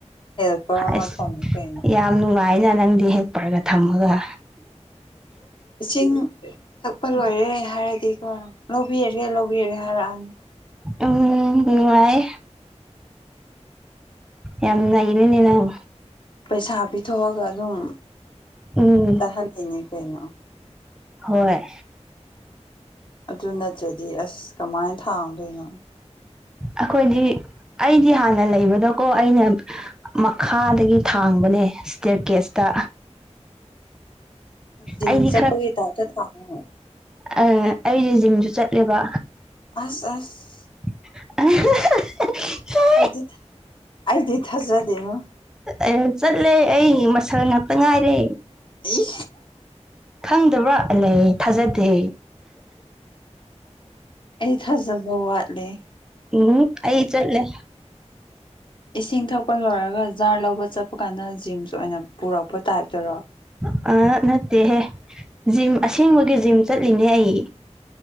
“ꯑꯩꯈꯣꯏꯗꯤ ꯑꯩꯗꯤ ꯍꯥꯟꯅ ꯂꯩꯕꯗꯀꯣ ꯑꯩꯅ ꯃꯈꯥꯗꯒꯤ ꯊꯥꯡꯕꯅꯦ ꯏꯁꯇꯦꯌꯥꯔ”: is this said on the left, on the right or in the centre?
Centre